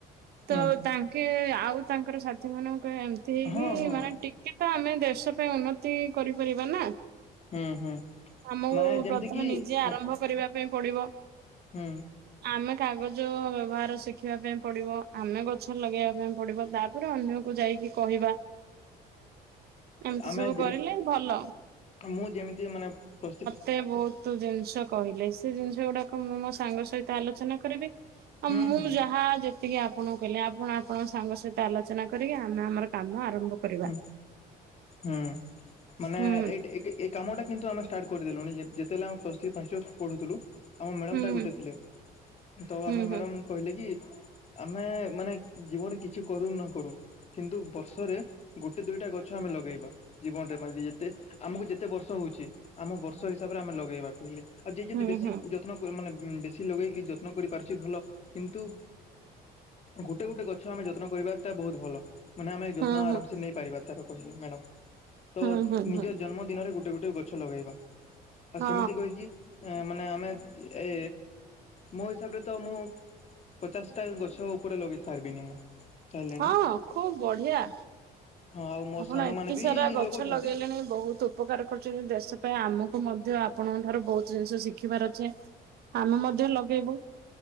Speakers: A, on the right (about 70°); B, on the left (about 40°).
A: ତ
B: ହୁଁ
A: ତା ଟିକେ ଆଉ ତାଙ୍କର ସାଥି ମାନଙ୍କୁ ଏମତି ହେଇକି
B: ହଁ ହଁ
A: ମାନେ ଟିକେ ତ ଆମେ ଦେଶ ପାଇଁ ଉନ୍ନତି କରିପାରିବା ନା।
B: ହୁଁ ହୁଁ
A: ଆମକୁ
B: ମାନେ ଯେମିତି
A: ପ୍ରଥମେ
B: କିି
A: ନିଜେ
B: ଶୁ
A: ଆରମ୍ଭ କରିବା ପାଇଁ ପଡିବ।
B: ହୁଁ।
A: ଆମେ କାଗଜ ବ୍ୟବହାର ଶିଖିବା ପାଇଁ ପଡିବ ଆମେ ଗଛ ଲଗେଇବାକୁ ପଡିବ ତାପରେ ଅନ୍ୟକୁ ଯାଇକି କହିବା ଏମିତି
B: ଆମେ
A: ସବୁ
B: ଯେ
A: କରିଲେ ଭଲ।
B: ମୁଁ ଯେମିତି ମାନେ ପ୍ରସ୍ତୁତି
A: ତେ ବହୁତ ଜିନିଷ କହିଲେ ସେ ଜିନିଷ ଗୁଡା ମୁଁ ମୋ ସାଙ୍ଗ ସହିତ ଆଲୋଚନା କରିବି। ହଁ
B: ହୁଁ
A: ମୁଁ
B: ହୁଁ
A: ଯାହା ଯେତିକି ଆପ ଆପଣଙ୍କୁ କହିଲି। ଆପଣ ଆପଣଙ୍କ ସାଙ୍ଗ ସହିତ ଆଲୋଚନା କରିକି ଆମେ ଆମର କାମ ଆରମ୍ଭ କରିବା।
B: ହୁଁ ହୁଁ ମାନେ
A: ହୁଁ
B: ଏଇଟ୍ ଏଇଟା ଏ କାମଟା କିନ୍ତୁ ଆମେ ଷ୍ଟାର୍ଟ କରିଦେଲୁଣି ଯେତ ଜେତେବେଲେ ଆମେ ପ୍ଲସ ଥ୍ରୀ ଫାଷ୍ଟ ଇଅର ପଢୁଥିଲୁ। ଆମ ମ୍ୟାଡ଼ମ୍
A: ହୁଁ
B: ଟା
A: ହୁଁ
B: ଗୋଟେ ଥିଲେ ତ
A: ହୁଁ
B: ଆମ ମ୍ୟାଡ଼ମ୍
A: ହୁଁ
B: କହିଲେ କି ଆମେ ମାନେ ଜୀବନରେ କିଛି କରୁ ନ କରୁ କିନ୍ତୁ ବର୍ଷରେ ଗୋଟେ ଦୁଇଟା ଗଛ ଆମେ ଲଗେଇବା। ଜୀବନରେ ମାନେ ଯେତେ ଆମକୁ ଯେତେ ବର୍ଷ ହୋଉଛି ଆମ ବର୍ଷ ହିସାବରେ ଆମେ ଲଗେଇବା କହିଲେ। ଆଉ ଯିଏ ଯଦି
A: ହୁଁ
B: ବେଶୀ
A: ହୁଁ।
B: ଯତ୍ନ କ ମାନେ ବେଶୀ ଲଗେଇକି ଯତ୍ନ କରିପାରୁଛି ଭଲ କିନ୍ତୁ ଗୋଟେ ଗୋଟେ ଗଛ ଆମେ ଯତ୍ନ କରିବା ତା ବହୁତ ଭଲ ମାନେ ଆମେ ଯତ୍ନ
A: ହୁଁ ହୁଁ
B: ଆରାମ
A: ହୁଁ
B: ସେ ନେଇପାରିବା। ତାର କହିଲେ ମ୍ୟାଡ଼ନ ତ
A: ହୁଁ ହୁଁ
B: ନିଜ ଜନ୍ମ ଦିନରେ ଗୋଟେ ଗୋଟେ ଗଛ ଲଗେଇବା। ଆଉ
A: ହଁ
B: ସେମିତି କହିକି ମାନେ ଆମେ ଏ ମୋ ହିସାବରେ ତ ମୁଁ ପଚାଶ ଟା ଗଛ ଉପରେ ଲଗେଇ ସାରିବିନି ମୁଁ। ସାରିଲିଣି
A: ହଁ ଖୁବ ବଢିଆ।
B: ହଁ ଆଉ ମୋ
A: ଆପଣ
B: ସାଙ୍ଗମାନେ
A: ଏତେ
B: ବି
A: ସାରା ଗଛ
B: ଲଗଉଛନ୍ତି
A: ଲଗେଇଲେଣି ବହୁତ। ଉପକାର କରୁଛନ୍ତି ଦେଶ ପାଇଁ ଆମକୁ ମଧ୍ୟ ଆପଣଙ୍କ ଠାରୁ ବହୁତ ଜିନିଷ ଶିଖିବାର ଅଛି। ଆମେ ମଧ୍ୟ ଲଗେଇବୁ।